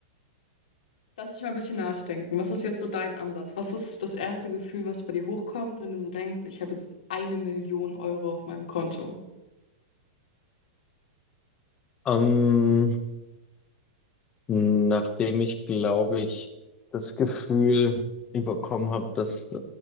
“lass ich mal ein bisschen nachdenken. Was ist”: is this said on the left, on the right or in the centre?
Left